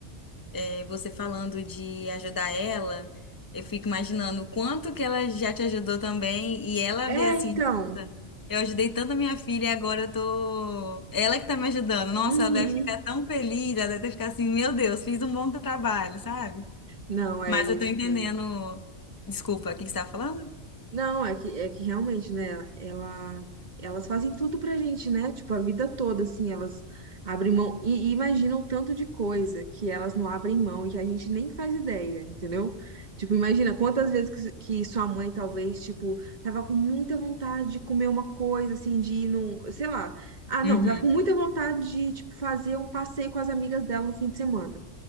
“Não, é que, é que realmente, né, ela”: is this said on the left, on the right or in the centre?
Right